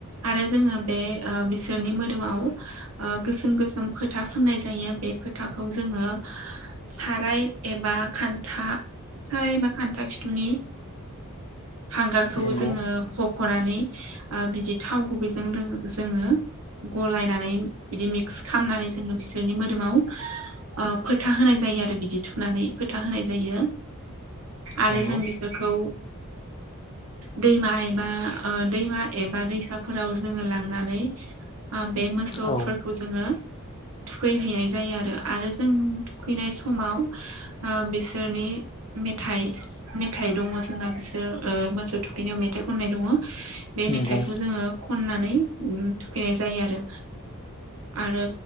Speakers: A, on the right; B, on the left.
A: आरो जोङो बे ओ बिसोरनि मोदोमाव ओ गोसोम गोसोम फोथा फुननाय जायो बे फोथाखौ जोङो साराय एबा खान्था सारायबा खान्था खिथुनि हांगारखौ
B: नंगौ
A: जोङो हख'नानै ओ बिदि थाव गुबैजों दों जोङो गलायनानै बिदि मिक्स खालामनानै जोङो बिसोरनि मोदोमाव ओ फोथा होनाय जायो आरो बिदि थुनानै फोथा होनाय जायो। आरो
B: नंगौ
A: जों बिसोरखौ दैमा एबा ओ दैमा एबा दैसाफोराव जोङो लांनानै ओ बे मोसौफोरखौ
B: औ
A: जोङो थुखैहैनाय जायो आरो आरो जों थुखैनाय समाव ओ बिसोरनि मेथाइ मेथाइ दङ जोंना। ओ मोसौ थुखैनायाव मेथाइ खननाय दङ बे
B: नंगौ
A: मेथाइखौ जोङो खननानै उम थुखैनाय जायो आरो आरो